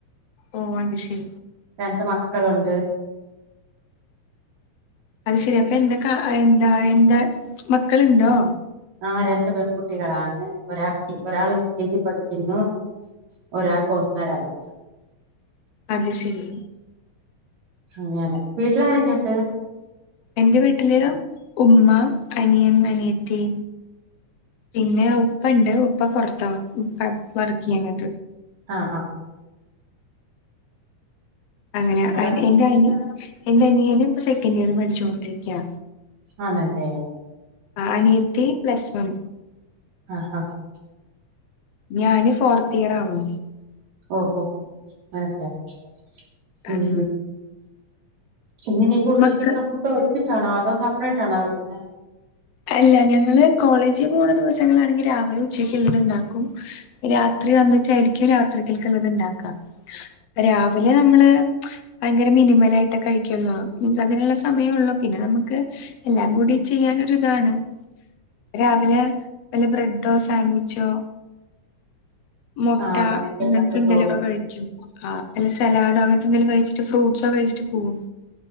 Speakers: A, on the left; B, on the right.
A: ഓഹ് അത് ശരി
B: രണ്ട് മക്കളൊണ്ട്.
A: അത് ശരി അപ്പൊ എന്താക്കാ ആഹ് എന്താ എന്താ മക്കളുണ്ടോ?
B: ആഹ് രണ്ട് പെൺകുട്ടികളാണ് ഒരാക് ഒരാൾ എ ൽ കെ ജി പഠിക്കുന്നു ഒരാക്ക് ഒന്നര വയസ്സ്.
A: അത് ശരി.
B: അങ്ങനെ വീട്ടിലാരൊക്കെയൊണ്ട്?
A: എൻ്റെ വീട്ടില് ഉമ്മ അനിയൻ അനിയത്തി. പിന്നെ ഉപ്പ ഇണ്ട് ഉപ്പ പൊർത്താ ഉപ്പ വർക്കെയ്യണത്
B: ആഹ് ആഹ്
A: അങ്ങനെ
B: അന്നേരം
A: അനി എന്റെ അനിയന് എന്റെ അനിയന് ഇപ്പ സെക്കൻ് ഇയർ പഠിച്ചോണ്ടിരിക്കാ
B: ആണല്ലേ
A: ആഹ് അനിയത്തി പ്ലസ് വൺ
B: ആഹ് ആഹ്
A: ഞാന് ഫോർത്ത് ഇയർ ആണ്
B: ഓഹ് ഓഹ് മനസ്സിലായി ഉം
A: അങ്ങനെ
B: ഇന്നിനിയിപ്പോ ഉച്ചയ്ക്കൊക്കെ
A: മക്ക
B: ഫുഡ് ഒരുമിച്ചാണോ അതോ സെപ്പറേറ്റ് ആണോ വെക്കുന്നെ
A: അല്ലാ ഞങ്ങള് കോളേജി പോണ ദിവസങ്ങളാണെങ്കി രാവിലെ ഉച്ചക്ക് ഇള്ളത്ണ്ടാക്കും രാത്രി വന്നിറ്റായിരിക്കും രാത്രിക്കൽക്ക്ള്ളത് ഇണ്ടാക്കാ രാവിലെ നമ്മള് ഭയങ്കര മിനിമാലായിട്ട് കഴിക്കൊള്ളൂ മീൻസ് അങ്ങനെയുള്ള സമയ ഒള്ളൂ പിന്നെ നമ്മക്ക് എല്ലാം കൂടി ചെയ്യാനൊരു ഇതാണ് രാവിലെ വെല്ല ബ്രെഡോ സാൻവിച്ചോ മൊട്ട
B: ആഹ് അങ്ങനെയൊക്കെ
A: അങ്ങനത്തെന്തേലൊക്കെ
B: പറ്റത്തോള്ളൂ
A: കഴിക്കും ആഹ് വല്ല സലാഡോ അങ്ങനത്തെ എന്തേലും കഴിച്ചിട്ട് ഫ്രൂട്ട്സോ കഴിച്ചിട്ട് പോവും